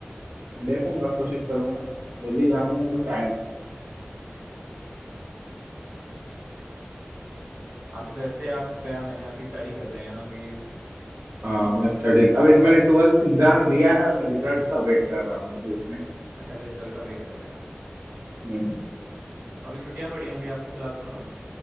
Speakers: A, on the right (about 80°); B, on the right (about 60°).
A: देखूंगा कोशिश करूंगा दिल्ली जाने में अभी
B: हाँ
A: टाइम
B: अभी वैसे आप गया में हैं अभी स्टडी कर रहे हैं अभी हम्म,
A: हाँ मैं स्टडी अभी
B: और
A: मैंने ट्वेल्थ एग्जाम दिया है और मैं रिजल्ट्स का वेट कर रहा हूँ अभी अपने
B: अच्छा अभी रिजल्ट का वेट कर रहे हैं आप
A: हम्म
B: तो अभी छुट्टियां पड़ी होंगी आपकी फिलहाल तो ना